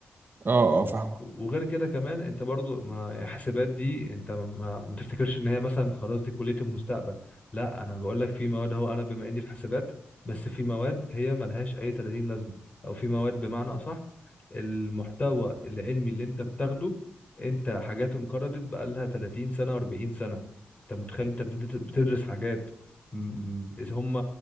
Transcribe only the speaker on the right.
اه اه فاهمك